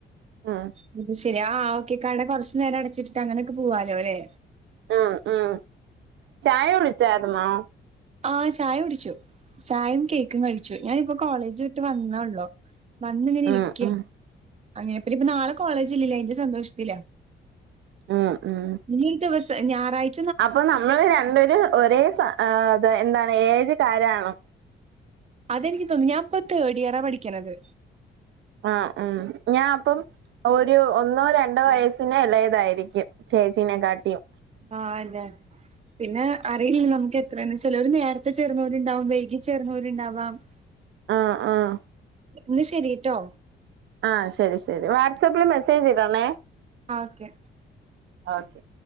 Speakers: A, on the right; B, on the right.
A: ആഹ്
B: ട്ടിലെ ആഹ് ആഹ് ഓക്കെ കട കൊറച് നേരം അടച്ചിട്ടിട്ട് അങ്ങനൊക്കെ പോവാലോ ല്ലേ
A: അഹ് ആഹ് ചായ കുടിച്ചാരുന്നോ
B: ആഹ് ചായ കുടിച്ചു ചായിം കേക്കും കഴിച്ചു ഞാനിപ്പോ കോളേജ് വിട്ട് വന്നേള്ളു വന്നിങ്ങനെ ഇരിക്ക
A: ആഹ് ആഹ്
B: അങ്ങനെ ഇപ്പൊ നാളെ കോളേജ് ഇല്ലല്ലോ അതിന്റെ സന്തോഷത്തില
A: ഉം ഉം
B: മൂന്ന് ദിവസം ഞാറാഴ്
A: അപ്പൊ നമ്മള് രണ്ടൊര് ഒരേ സ അത് എന്താണ് ഏജ് കാരാണൊ
B: അതെനിക്ക് തോന്നി ഞാപ്പ തേർഡ് ഇയറാ പഠിക്ക്ണത്
A: ആഹ് ഉം ഞാഅപ്പം,, ഒരു ഒന്നോ രണ്ടോ വയസ്സിന് എളെതായിരിക്കും ചേച്ചീനെ കാട്ടിം
B: ആഹ് അല്ലേ പിന്നെ അറിയില്ലല്ലോ നമുക്ക് എത്രന്ന് ചെലോര് നേര്ത്തെ ചേർന്നോരുണ്ടാവും വൈകി ചേർന്നോരുണ്ടാവാം <inaudible>
A: ആഹ് ആഹ്
B: ഇന്ന് ശെരിട്ടോ
A: ആ ശരി ശരി വാട്സപ്പിൽ മെസ്സേജ് ഇടണേ
B: ആ ഓക്കെ
A: ഓക്കെ